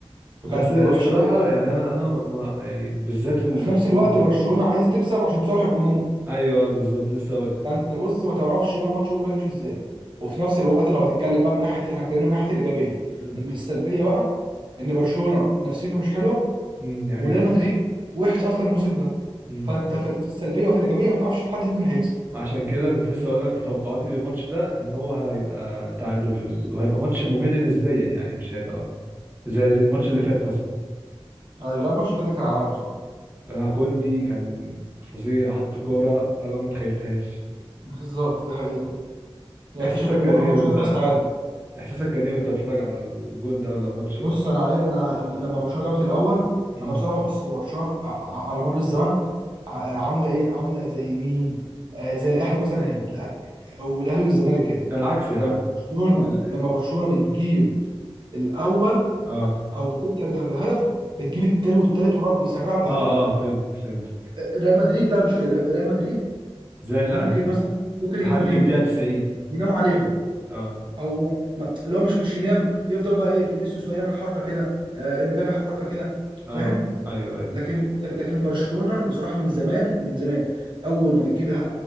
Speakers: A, on the right; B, on the right.
A: بجد
B: بس
A: هتبقى
B: الصراحة
A: وحشه قوي
B: يعني أنا أنا ما يعني بالذات ال...
A: وفي نفس الوقت
B: ال...
A: برشلونه عايز تكسب عشان تصالح الجمهور
B: أيوه بالظبط لسه أقول لك
A: انت بص ما تعرفش بقى الماتش بكره يمشي ازاي وفي نفس الوقت لو هتتكلم بقى من ناحيه احنا اتكلمنا من ناحيه الايجابيه
B: امم
A: ان السلبيه بقى ان برشلونه نفسيته مش حلوه
B: امم دي حقيقة
A: وريال مدريد وحش اصلا الموسم ده
B: امم
A: فانت في في السلبيه وفي الايجابيه ما تعرفش تحدد مين اللي هيكسب
B: عشان كده كنت لسه أقول لك في توقعاتي للماتش ده إن هو هيبقى تعادل في ال... وهيبقى ماتش ممل نسبيا يعني مش هيبقى زي الماتش اللي فات مثلا
A: ايوه لا الماتش اللي فات ده كان عالمي بصراحه
B: آه، كوندي كان فظيع حط كورة أنا ما تخيلتهاش
A: بالظبط ده حقيقه يعني
B: إحساسك
A: انت شايف ان
B: كان
A: بكره
B: إيه
A: الماتش
B: وأنت
A: هيخلص تعادل
B: إحساسك كان إيه وأنت بتتفرج على الجول ده ولا الماتش ده
A: بص انا ايه انا لما برشلونه جابت الاول
B: امم
A: انا بصراحه بص هو برشلونه ع- على مر الزمن ع- عامله ايه عامله زي مين آه زي الاهلي مثلا هنا الأ- والاهلي والزمالك كده
B: ده العكس يا
A: لما
B: عم
A: برشلونه
B: ال...
A: لما برشلونه بتجيب الاول
B: آه
A: او بتبدا بالها- بالهدف بتجيب التاني والتالت ورا- بيسرعوا الاهداف
B: آه آه فهمت فهمت
A: ريال مدريد لا مش كده ريال مدريد
B: زي الأهلي
A: ممكن مثلا ممكن
B: لحد
A: يجيب جونين
B: الدقيقة 90
A: ينام عليهم
B: اه
A: او ما- اللي هو مش مش ينام يفضل بقى ايه فينيسيوس بقى يعمل حركه كده آه، امبابي حركه كده
B: اه
A: فاهم
B: ايوه ايوه
A: لكن لكن برشلونه بصراحه من زمان من زمان اول ما بتجيب